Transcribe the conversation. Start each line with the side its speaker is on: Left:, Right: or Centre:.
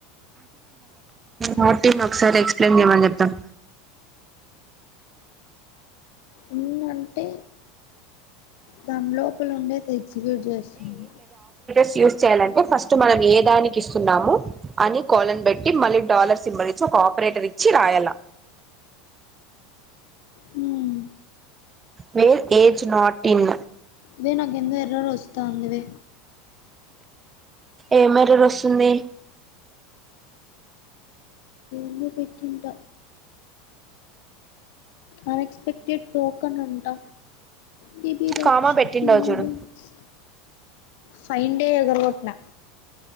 Right: నాటిన్ ఒకసారి ఎక్స్ప్లెయిన్ చేయమని చెప్దాం
Left: ఇన్ అంటే దాని లోపల ఉండే అది ఎగ్జిక్యూట్ చేస్తుంది.
Right: స్ యూజ్ చేయాలంటే ఫస్ట్ మనం ఏ దానికి ఇస్తున్నాము అని కోలన్ బెట్టి మళ్ళీ డాలర్ సింబల్ సో ఒక ఆపరేటర్ ఇచ్చి రాయాల
Left: హ్మ్
Right: వేల్ ఏజ్ నాట్ ఇన్
Left: వే నాకెందో ఎర్రరు వస్తాందివే
Right: ఏమ్ ఎర్రర్ వస్తుంది
Left: ఏందో పెట్టింట అన్ఎక్స్పెక్టెడ్ టోకన్ అంటా డిబిరాజ్
Right: కామా
Left: సూడ్టెంట్స్
Right: పెట్టిండవు చూడు
Left: ఫైన్ డే ఎగరగొట్టినా